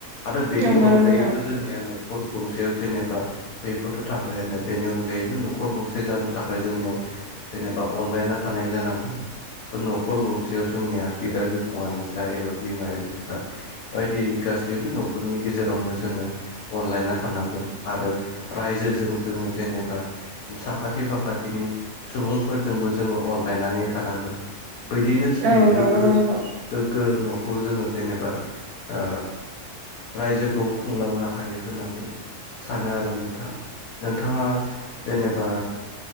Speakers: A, on the left; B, on the right.
A: आरो बेनि
B: नंगौ
A: अनगायैबो
B: नोंथां
A: जोंनिया न'खर गंसेयाव जेनेबा बैफोरथ' थाबायानो बेनि अनगायैबो न'खर गंसे जानो थाखाय जोंनियाव जेने बा अनलायना थानाय जानांगोन स' न'खर गंसेयाव जोंनिया बिदा बिफ ङानो जा एबा बिमा-बिफा बायदि गासैबो न'खरनि गेजेरावनो जोङो अनलायना थानांगोन आरो रायजोजों जोङो जेनेबा साखाथि फाखाथिनि सुबुंफोरजोंबो जोङो अनलायनानै थानांगोन बिदिनो जोङो
B: औ
A: गोग्गो
B: नंगौ नोंथां
A: गो न'खौ जोङो जेनेबा ओ रायजोखौ खुंलांनो हायो होननानै सानो आरो नोंथां नोंथाङा जेनेबा